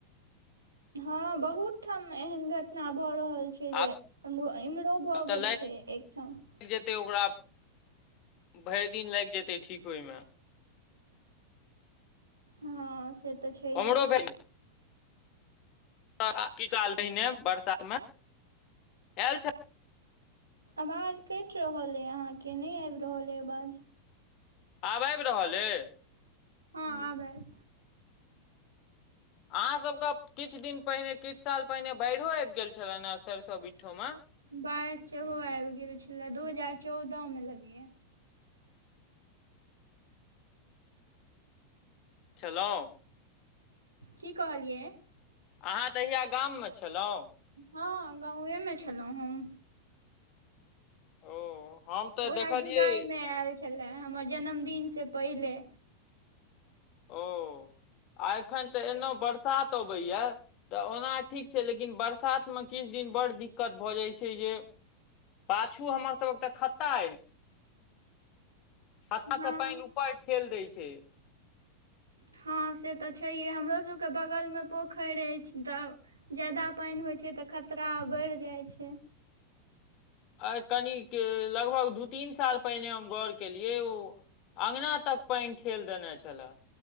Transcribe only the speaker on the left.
आब
तऽ
लागि जेतै ओकरा भरि दिन लागि जेतै ठीक होइमे।
ओम्हरो भेल <unintelligible> पहिने बरसात मे आयल छल
आब आएब रहल अय।
अहाँ सबके किछ दिन पहिने किछ साल पहिने बाएढ़ो आएब गेल छलैन हे सैरसो बिटठोमे।
खेलौं।
अहाँ तहिया गाममे छलौ।
ओ। हम तऽ
देखलियै
ओ आ एखन तऽ एना बरसात अबैया। तऽ ओना ठीक छै लेकिन बरसात मे किछ दिन बड़ दिक्कत भऽ जाय छै जे पाछू हमर सबके खत्ता अय। खत्ता
से पेएन ऊपर ठेल दै छै।
आ कनिक लगभग दू-तीन साल पहिने हम गौर केलियै ओ अँगना तक पेएन ठेल देनाय छला।